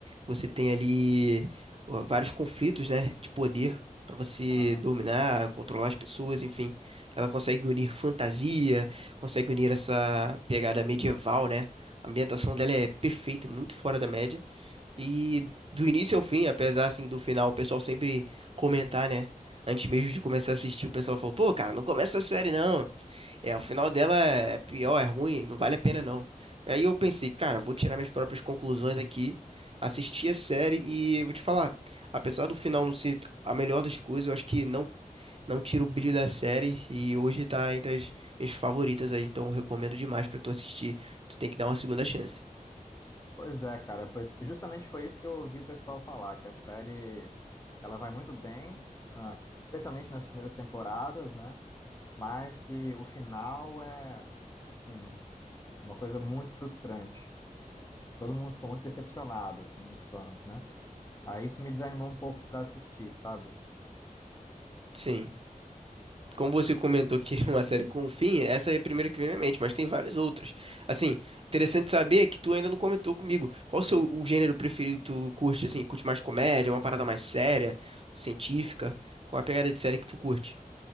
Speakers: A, on the right; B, on the left.
A: Você tem ali ó, vários conflitos, né, de poder pra você
B: Aham.
A: dominar, controlar as pessoas, enfim. Ela consegue unir fantasia, consegue unir essa pegada medieval, né? A ambientação dela é perfeita, muito fora da média. E do início ao fim, apesar assim do final, o pessoal sempre comentar, né? Antes mesmo de começar a assistir, o pessoal falou: "Pô, cara, não começa a série não. É, o final dela é pior, é ruim, não vale a pena não. Aí eu pensei, cara, vou tirar minhas próprias conclusões aqui, assistir a série e vou te falar, apesar do final não ser a melhor das coisas, eu acho que não não tira o brilho da série e hoje tá entre as minhas favoritas aí, então eu recomendo demais pra tu assistir. Tu tem que dar uma segunda chance.
B: Pois é, cara, pois justamente foi isso que eu ouvi o pessoal falar, que a série ela vai muito bem, na- especialmente nas primeiras temporadas, né? Mas que o final é, assim, uma coisa muito frustrante. Todo mundo ficou muito decepcionado, assim, os fãs, né? Aí isso me desanimou um pouco pra assistir, sabe?
A: Sim. Como você comentou que <laughs> é uma série com um fim, essa é a primeira que vem à minha mente, mas tem várias outras. Assim, interessante saber que tu ainda não comentou comigo. Qual o seu o gênero preferido que tu curte, assim? Curte mais comédia, uma parada mais séria, científica? Qual a pegada de série que tu curte?